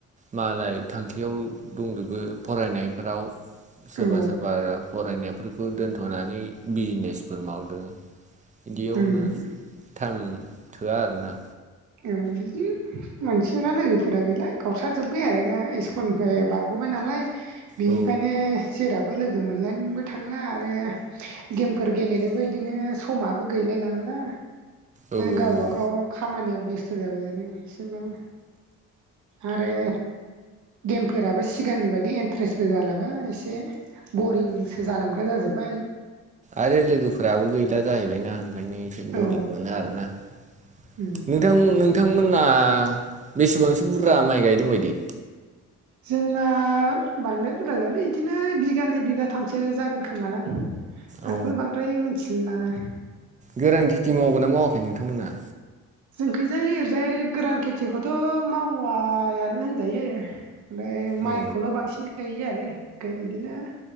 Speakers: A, on the right (about 25°); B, on the right (about 70°).
A: मालाय थांखियाव दंजोबो फरायनायफोराव सोरबा
B: औ
A: सोरबा फरायनायफोरखौ दोन्थ'नानै बिजनेसफोर मावदों। इदियावनो
B: उम
A: थाङो थोआ आरोना।
B: औ बिदिनो मानसिफोरा लोगोफोरा गैला गावस्राजोब्बाय आरो गा इ्कुलनिफ्राय बार गबबाय नालाय बिनिफ्रायनो
A: औ
B: जेरावबो लोगो मोनलायनोबो थांला आरो गेमफोर गेलेनोबो इदिनो समाबो गैलाय लांला।
A: औ
B: गावबा
A: औ
B: गाव खामानिया बेस्थ' जाबाय आरो इसेबाबो आरो गेमफोराबो सिगांनि बाददि इन्ट्रेस्बो जालाबा एसे बरिंसो जालांग्रा जाजोब्बाय।
A: आरो लोगोफोराबो गैला जाहैबायना ओंखायनो एसे बरिं
B: औ
A: मोनो आरोना <unintelligible>
B: उम
A: नोंथां नोंथांमोना बेसेबांसो बुरजा माइ गायदों बायदि?
B: जोंना बांद्राय बुरजा गैयालै बिदिनो बिगानै बिगाथामसो जागोन खोमालां।
A: औ
B: आंबो बांद्राय मोनथिलायलाङा।
A: गोरान खेथि मावगोन ना मावाखै नोंथांमोना?
B: जोंखैजाय ओरैजाय गोरान खेथिखौथ' मावायानो होनजायो। ओमफ्राय माइखौल'
A: औ
B: बांसिन गायो आरो ओमफ्राय इदिनो